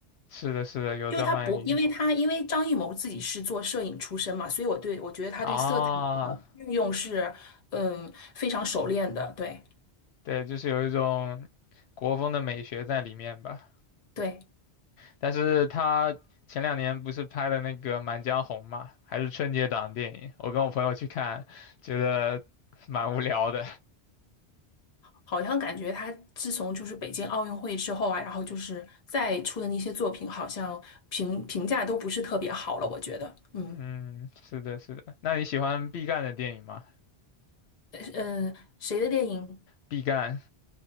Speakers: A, on the left; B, on the left.
A: 是的是的，有张曼玉
B: 就是他不，因为他因为张艺谋自己是做摄影出身嘛，所以我对我觉得他对色彩的运用是，
A: 啊。
B: 嗯，非常熟练的。对
A: 对，就是有一种国风的美学在里面吧。
B: 对，
A: 但是他前两年不是拍了那个《满江红》嘛，还是春节档电影，我跟我朋友去看，觉得蛮无聊的。
B: 好像感觉他自从就是北京奥运会之后啊，然后就是再出的那些作品，好像评评价都不是特别好了。我觉得，
A: <laughs>
B: 嗯
A: 嗯，是的，是的。那你喜欢毕赣的电影吗？
B: 嗯，呃谁的电影？
A: 毕赣